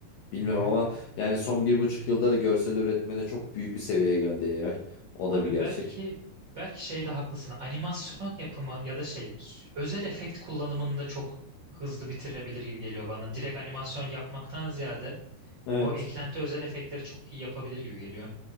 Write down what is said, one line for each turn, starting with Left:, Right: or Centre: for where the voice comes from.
Left: Bilmiyorum
Right: Hı hı.
Left: ama yani son bir buçuk yılda da görsel üretmede çok büyük bir seviyeye geldi AI. O
Right: Abi
Left: da bir gerçek.
Right: belki belki şeyde haklısın. Animasyon yapımı ya da şey s- özel efekt kullanımında çok hızlı bitirebilir gibi geliyor bana. Direkt animasyon yapmaktan ziyade
Left: Evet.
Right: o eklenti özel efektleri çok iyi yapabilir gibi geliyor.